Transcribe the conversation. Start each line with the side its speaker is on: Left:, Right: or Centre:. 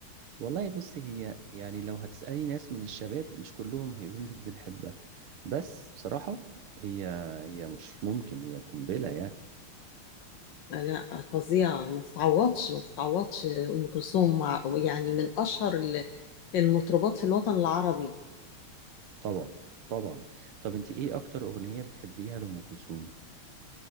Right: والله بصي هي يعني لو هتسألي ناس من الشباب مش كلهم هيقولوا لك بنحبها بس بصراحة هي هي مش ممكن هي قنبلة يعني
Left: لا لا، فظيعة ما تتعوضش ما تتعوضش أم كلثوم مع- يعني من أشهر ال- المطربات في الوطن العربي
Right: طبعا طبعا طب انت ايه اكتر اغنية بتحبيها لأم كلثوم